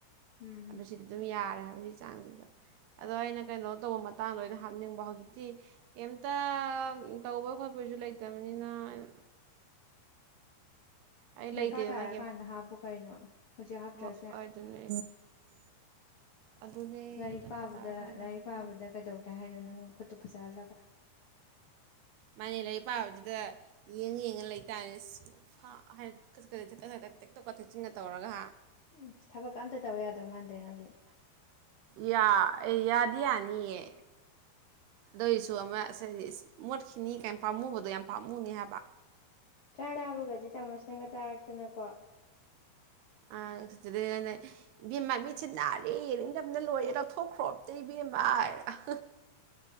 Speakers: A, on the left; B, on the right.
A: ꯎꯝ
B: ꯑ ꯁꯤꯗꯤ ꯇꯝ ꯌꯥꯔ ꯍꯥꯏ ꯍꯥꯏꯕꯒꯤ ꯆꯥꯡꯁꯤꯗ ꯑꯗꯣ ꯑꯩꯅ ꯀꯩꯅꯣ ꯇꯧꯕ ꯃꯇꯥꯡꯗ ꯑ ꯑꯣꯏꯅ ꯍꯥꯞꯅꯤꯡꯕ ꯍꯧꯖꯤꯛꯇꯤ ꯀꯩꯝꯇ ꯇꯧꯕꯣꯏ ꯈꯣꯠꯄꯁꯨ ꯂꯩꯇꯕꯅꯤꯅ ꯑꯩꯅ ꯑꯩ ꯂꯩꯇꯦꯗꯅ
A: ꯗꯔꯀꯥꯔ ꯇꯥꯔꯛꯑꯀꯥꯟꯗ ꯍꯥꯞꯄꯨ ꯀꯩꯅꯣ ꯍꯧꯖꯤꯛ ꯍꯥꯞꯇ꯭ꯔꯁꯨ
B: ꯍꯣꯏ ꯑꯗꯨ ꯑꯗꯨꯅꯦ ꯑꯗꯨꯅꯦ
A: ꯂꯥꯏꯔꯤꯛ
B: ꯗꯔꯀꯥꯔ
A: ꯄꯥꯕꯗ
B: ꯇꯥꯔꯀꯥꯟꯗ
A: ꯂꯥꯏꯔꯤꯛ
B: ꯍꯥꯏꯒꯦ
A: ꯄꯥꯕꯗ
B: ꯌꯥꯏ
A: ꯀꯩꯗꯧꯇꯦ ꯍꯥꯏꯅꯣ ꯅꯪ ꯈꯨꯠꯇ ꯐꯖꯥꯍꯜꯂꯒ
B: ꯃꯥꯅꯦ ꯂꯥꯏꯔꯤꯛ ꯄꯥꯕꯁꯤꯗ ꯌꯦꯡꯉ ꯌꯦꯡꯉ ꯂꯩꯇꯥꯥꯔꯅꯦ ꯈꯖꯤꯛ ꯈꯖꯤꯛ ꯊꯛ ꯀꯊ ꯊꯛ ꯊꯦꯛꯇꯣꯛ ꯀꯊꯛꯆꯤꯟꯒ ꯇꯧꯔꯒ
A: ꯎꯝ ꯊꯕꯛꯀ ꯑꯝꯇ ꯇꯧ ꯌꯥꯗꯧ ꯃꯥꯟꯗ꯭ꯔꯦ ꯅꯪꯗꯤ
B: ꯌꯥ ꯑꯦ ꯌꯥꯗꯤ ꯌꯥꯅꯤꯌꯦ ꯑꯗꯨꯏꯁꯨ ꯑꯃ ꯃꯣꯠꯈꯤꯅꯤ ꯀꯩ ꯄꯥꯝꯃꯨꯕꯗꯣ ꯌꯥꯝ ꯄꯥꯝꯃꯨꯅꯤ ꯍꯥꯏꯕ
A: ꯆꯥꯛ ꯆꯥꯕꯒꯗꯤ ꯆꯥꯃꯁꯅꯒ ꯆꯥꯔꯛꯇꯅꯀꯣ
B: ꯑ ꯑꯗꯨꯗꯩꯗꯤꯅꯦ, ꯏꯕꯦꯝꯃꯥ ꯃꯤꯠꯁꯦ ꯅꯥꯔꯦ ꯗꯝꯅ ꯂꯣꯏꯔꯦ ꯂꯎꯊꯣꯛꯈ꯭ꯔꯣ ꯑꯝꯇ ꯕꯤꯃꯔ <inaudible>